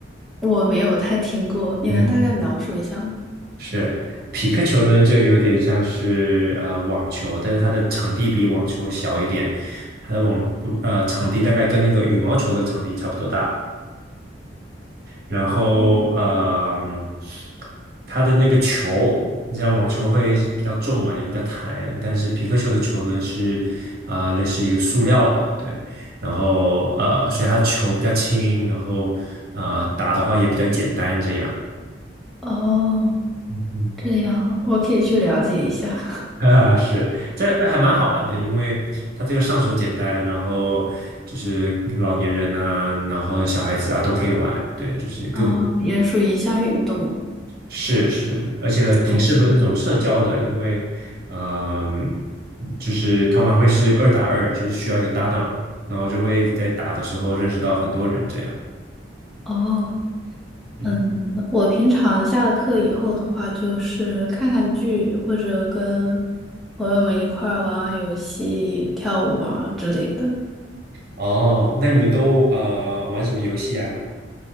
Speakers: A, in the centre; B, on the right.
A: 我没有太听过，你能大概描述一下吗？
B: <laughs> 是匹克球呢，就有点像是呃网球，但是它的场地比网球小一点，它的网呃场地大概跟那个羽毛球的场地差不多大。然后呃，
A: 嗯
B: 它的那个球，你知道网球会比较重嘛，也比较弹，但是皮克球的球呢是呃类似一个塑料的，对，然后呃，所以它球比较轻，然后呃打的话也比较简单这样。
A: 哦，
B: 嗯。
A: 这样，
B: <laughs>
A: 我可以去了解一下。
B: 啊，是，这这还蛮好玩的，因为它这个上手简单，然后就是老年人啊，然后小孩子啊都可以玩，对，就是各个。
A: 哦，<laughs> 也属于一项运动。
B: 是是，而且挺适合那种社交的，
A: 哦
B: 因为，嗯、就是他们会是二打二，就是需要一个搭档，然后就会在打的时候认识到很多人这样。
A: 哦，
B: 嗯哼，
A: 嗯，我平常下了课以后的话，就是看看剧，或者跟朋友们一块儿玩玩游戏、跳舞啊之类的。
B: 哦，那你们都呃玩什么游戏啊？